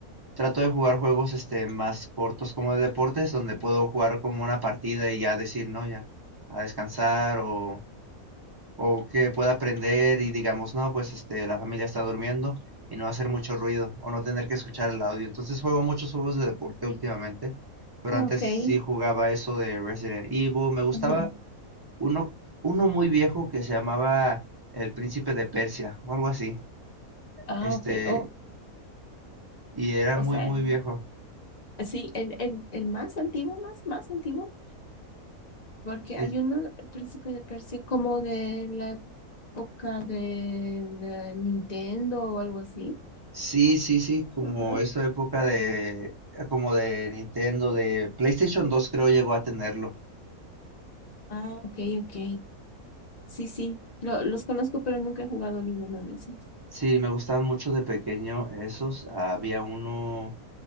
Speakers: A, on the right (about 30°); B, on the left (about 50°).
A: trato de jugar juegos, este, más cortos como de deportes, donde puedo jugar como una partida y ya decir, no, ya, a descansar o o que pueda aprender y digamos, no, pues este, la familia está durmiendo y no hacer mucho ruido o no tener que escuchar el audio. Entonces juego muchos juegos de deporte últimamente, pero
B: Ok.
A: antes sí
B: <laughs>
A: jugaba eso de Resident Evil. Me gustaba
B: Ajá.
A: uno, uno muy viejo que se llamaba El Príncipe de Persia o algo así.
B: Ah,
A: Este,
B: ok. O,
A: y era
B: o
A: muy,
B: sea.
A: muy viejo.
B: Sí, el, el, el más antiguo, más, más antiguo, porque
A: Es-
B: hay uno, el príncipe de Persia, como de la época de la Nintendo o algo así.
A: sí, sí, sí, como
B: Ajá.
A: esa época de, como de Nintendo, de PlayStation 2 creo llegó a tenerlo.
B: Ah, ok, ok. Sí, sí, lo- los conozco, pero nunca he jugado ninguno de esos.
A: Sí, me gustaban mucho de pequeño esos. Había uno